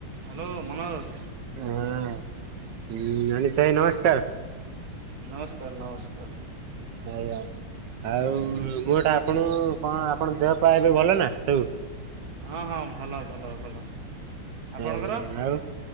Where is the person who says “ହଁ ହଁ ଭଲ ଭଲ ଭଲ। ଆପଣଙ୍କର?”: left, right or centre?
Right